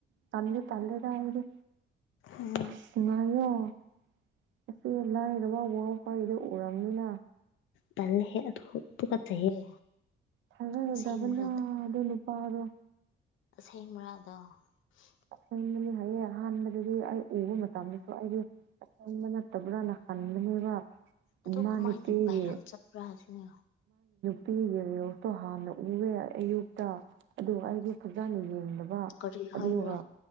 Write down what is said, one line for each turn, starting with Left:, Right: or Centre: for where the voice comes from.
Right: ꯇꯟꯗꯤ ꯇꯜꯂꯦꯗ ꯑꯩꯗꯤ
Left: ꯎꯝ
Right: ꯑꯁ <unintelligible> ꯑꯁꯦ ꯂꯥꯏꯔꯕ ꯋꯥꯜ ꯈꯣꯏꯗꯣ ꯎꯔꯝꯅꯤꯅ
Left: ꯇꯜꯂꯦꯍꯦ ꯑꯗꯨ ꯇꯨꯀꯠꯆꯩꯍꯦ꯫
Right: ꯊꯥꯖꯔꯨꯗꯕꯅ
Left: ꯑꯁꯦꯡꯕꯔ
Right: ꯑꯗꯨ ꯅꯨꯄꯥꯗꯣ꯫
Left: ꯑꯁꯦꯡꯕ꯭ꯔꯥ ꯑꯗꯣ ꯫
Right: ꯑꯁꯪꯕꯅꯤ ꯍꯥꯏꯌꯦ ꯑꯍꯥꯟꯕꯗꯗꯤ ꯑꯩ ꯎꯕ ꯃꯇꯝꯗꯁꯨ ꯑꯩꯖꯨ ꯑꯁꯪꯕ ꯅꯠꯇꯕ꯭ꯔꯥꯅ ꯈꯟꯕꯅꯦꯕ
Left: ꯑꯗꯨ
Right: ꯃꯥ
Left: ꯀꯃꯥꯏꯅ
Right: ꯅꯨꯄꯤꯒꯤ
Left: ꯚꯥꯏꯔꯦꯜ ꯆꯠꯄ꯭ꯔꯥ ꯁꯤꯅꯦ꯫
Right: <unintelligible> ꯍꯥꯟꯅ ꯎꯌꯦ ꯑꯌꯨꯛꯇ ꯑꯗꯨꯒ ꯑꯩꯗꯤ ꯐꯖꯅ ꯌꯦꯡꯗꯕ
Left: ꯀꯔꯤ ꯍꯥꯏꯕ꯭ꯔꯥ꯫
Right: ꯑꯗꯨꯒ